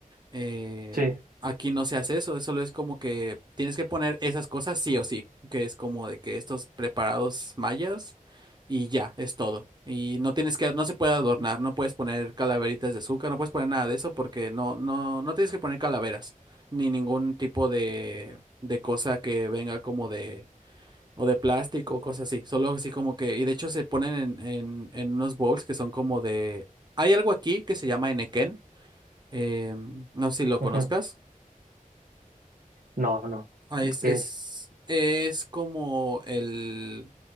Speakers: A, on the right; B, on the right.
A: Eh,
B: Sí,
A: aquí no se hace eso, solo es como que tienes que poner esas cosas sí o sí, que es como de que estos preparados mayas y ya, es todo. Y no tienes que, no se puede adornar, no puedes poner calaveritas de azúcar, no puedes poner nada de eso porque no, no, no tienes que poner calaveras, ni ningún tipo de, de cosa que venga como de, o de plástico o cosas así, solo así como que, y de hecho se ponen en, en, en unos bowls que son como de, hay algo aquí que se llama enequén eh, no sé si lo
B: ujú.
A: conozcas.
B: No, no,
A: Ah, es,
B: que
A: es,
B: es...
A: es como el...